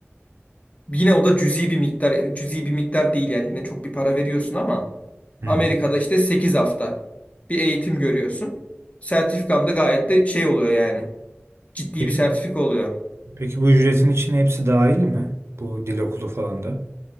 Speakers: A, on the left; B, on the right.
A: yine o da cüzi bir miktar. Cüzi bir miktar değil yani yine çok bir para veriyorsun ama
B: Hı
A: Amerika'da
B: hı.
A: işte 8 hafta bir eğitim görüyorsun. Sertifikan da gayet de şey oluyor yani. Ciddi
B: Peki,
A: bir sertifika oluyor.
B: peki bu ücretin içine hepsi dahil mi? Bu dil okulu falan da.